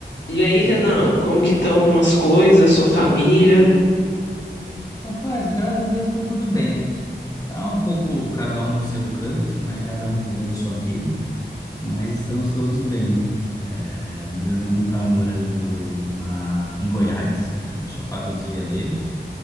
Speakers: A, on the left (about 85°); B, on the left (about 20°).
A: E aí, Renan, como que estão as coisas, sua família?
B: Rapaz, graças a Deus está tudo bem. Tá um pouco cada um no seu canto, né? Cada um vivendo sua vida, mas estamos todos bem. É, meu irmão está morando na, em Goiás, né? Na Chapada dos Veadeiros.